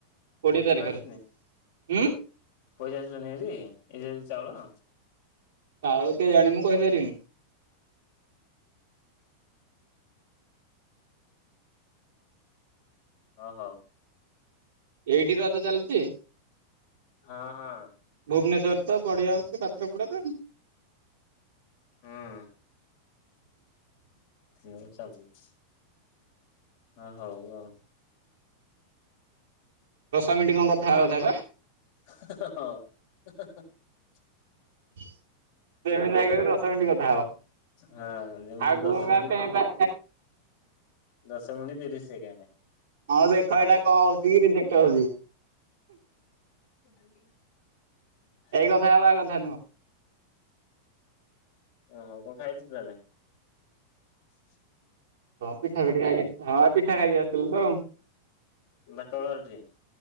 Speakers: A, on the right; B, on the left.
A: କୋଡିଏ ତାରିଖରେ
B: ମୁଁ ଆସିନି
A: ଉଁ
B: ପଇସା ଆସିଲାଣି ହାରି ଏ ଯୋଉ ଚାଉଳ।
A: ଚାଉଳ କିଏ ଜାଣି ମୁଁ କହିପାରିବିନି।
B: ହଁ ହଉ
A: ଏଇଠି ରଜ ଚାଲୁଛି?
B: ହଁ ହଁ
A: ଭୁବନେଶ୍ୱର ତ ବଢ଼ିଆ ହଉଛି ପାତ୍ରପଡ଼ାରେ।
B: ହୁଁ। ସେ ଭଳିଆ ଚା <unintelligible> ଆଁ ହଉ ଆଉ।
A: ଦଶ ମିନିଟ୍ କଣ କଥା ବାର୍ତ୍ତା ହେବା?
B: ହଁ। <inaudible>
A: <inaudible> ସେମିତି ଲାଗିବ ଦଶ ମିନିଟ୍ କଥା ହବ
B: ହଁ ଯେମିତି
A: ଆଉ
B: ଦଶ
A: ଗୁଁ
B: ମିନିଟ୍
A: ଗାଆଁ ପେପେ
B: ତିରି ଦଶ ମିନିଟ୍ ତିରିଶ୍ ସେକେଣ୍ଡ୍
A: ଆଉ ଦେଖ ଏଇଟା କଣ ହଉଛି କି ରିଜେକ୍ଟ୍ ହଉଛି?
B: ଅଛନ୍ତି। <inaudible>
A: ଏଇ କଥା ହେବା କଥା ନୁହଁ।
B: ଓହ କଣ ଖାଇଛତି ନା ନାହିଁ? <inaudible>
A: ହ ପିଠା ପିଠା ଖାଇକି ହଁ ପିଠା ଖାଇକି ଆସିଥିଲି ତ।
B: ତାଙ୍କ ଘରଠି